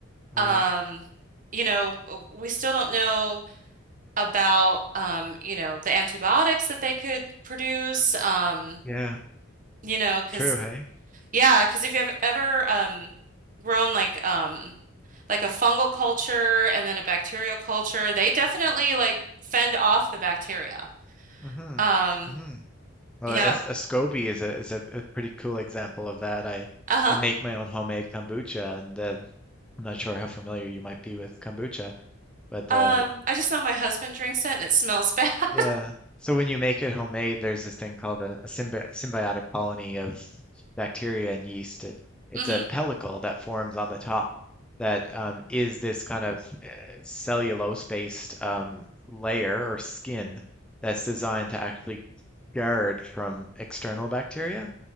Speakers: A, in the centre; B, on the right.
A: right.
B: Um, you know, uh, we still don't know about um, you know, the antibiotics that they could produce. Um,
A: Yeah,
B: you know, because
A: true. Hey.
B: yeah, because if you've ever um grown like um like a fungal culture and then a bacterial culture, they definitely like fend off the bacteria.
A: Mm-hmm.
B: Um,
A: Mm-hmm. Well,
B: yeah,
A: a a SCOBY is a is a, a pretty cool example of that. I
B: uh-huh.
A: I make my own homemade kombucha, and uh, I'm not sure how familiar you might be with kombucha, but
B: Um,
A: uh,
B: I just know my husband drinks it and it smells bad. <laughs>
A: yeah. So when you make it homemade, there's this thing called a, a symbi symbiotic colony of bacteria and yeast. It, it's
B: hmm
A: a pellicle that forms on the top that um, is this kind of uh, cellulose-based um, layer or skin that's designed to actually guard from external bacteria.